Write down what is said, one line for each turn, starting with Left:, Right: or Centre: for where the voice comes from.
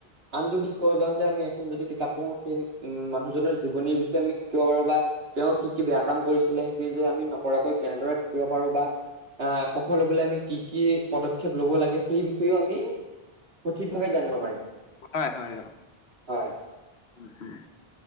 Right: আনটো দিশ ক'ব যাওঁ যে আমি এখন যদি কিতাপ পঢ়ো সেই উম মানুহজনৰ জীৱনীৰ বিষয়ে আমি শিকিব পাৰো বা তেওঁ কি কি বেয়া কাম কৰিছিলে সেইখিনি যে আমি নকৰাকৈ কেনেদৰে থাকিব পাৰো বা আ সফল হবলৈ আমি কি কি পদক্ষেপ লব লাগে সেই বিষয়েও আমি সঠিক ভাৱে জানিব পাৰিম।
Left: হয় হয় অ
Right: হয়।
Left: উম